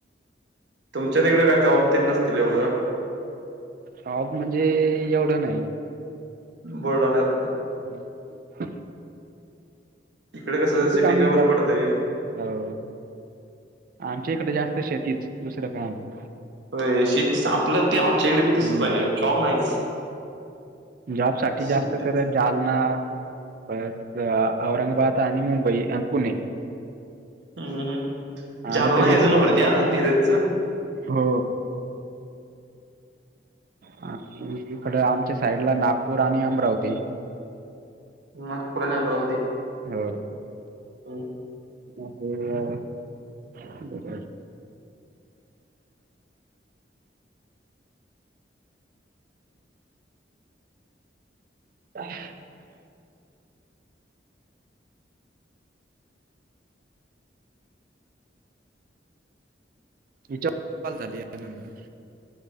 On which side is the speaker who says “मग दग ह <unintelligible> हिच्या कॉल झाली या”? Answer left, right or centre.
Right